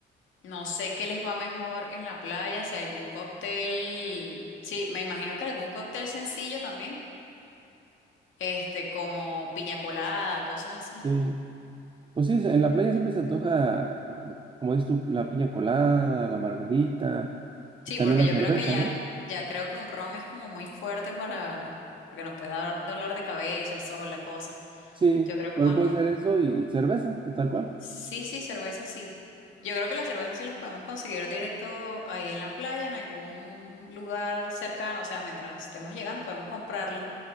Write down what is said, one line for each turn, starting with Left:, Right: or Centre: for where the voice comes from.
Left: no sé qué les va mejor en la playa, si algún cóctel, sí, me imagino que algún cóctel sencillo también, este, como piña colada, cosas así.
Right: Sí, pues sí, en la playa siempre se antoja, ah, como dices tú, la piña colada, la margarita, y
Left: Sí,
Right: también
Left: porque
Right: la cerveza,
Left: yo creo que ya,
Right: ¿no?
Left: ya creo que un ron es como muy fuerte para, porque nos puede dar dolor de cabeza, el sol, la cosa.
Right: Sí,
Left: Yo creo que
Right: bueno,
Left: más
Right: puede
Left: un...
Right: ser eso y cerveza, t- tal cual.
Left: Sí, sí, cerveza sí. Yo creo que las cervezas sí las podemos conseguir directo ahí en la playa, en algún lugar cercano, o sea, mientras estemos llegando podemos comprarlas,